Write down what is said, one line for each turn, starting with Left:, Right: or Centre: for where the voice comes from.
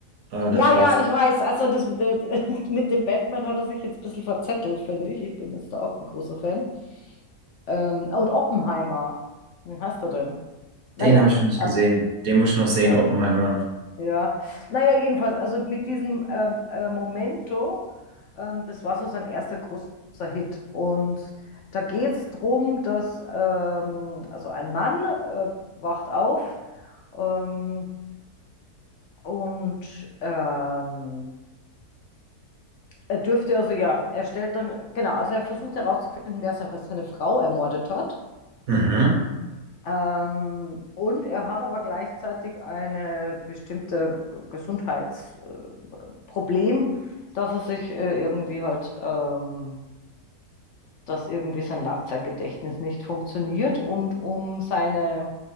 Right: Ah, da
Left: Ja,
Right: fragst.
Left: ja, ich weiß. Also das, mit der- <laughs> mit dem Batman hat er sich jetzt ein bisschen verzettelt, finde ich. Ich bin jetzt da auch ein großer Fan. Ähm, und Oppenheimer. Wie heißt er denn? Naja,
Right: Den habe ich noch nicht
Left: also,
Right: gesehen. Den muss ich noch sehen,
Left: ja,
Right: Oppenheimer.
Left: ja. Naja, jedenfalls, also mit diesem ähm, äh, Momento, ähm, das war so sein erster großer Hit. Und da geht es darum, dass ähm, also ein Mann äh, wacht auf ähm, und ähm, er dürfte, also ja, er stellt dann, genau, also er versucht herauszufinden, wer se- seine Frau ermordet hat.
Right: Mhm.
Left: Ähm, und er hat aber gleichzeitig eine bestimmte Gesundheitsproblematik. Problem, dass er sich äh, irgendwie halt, ähm, dass irgendwie sein Langzeitgedächtnis nicht funktioniert und um seine,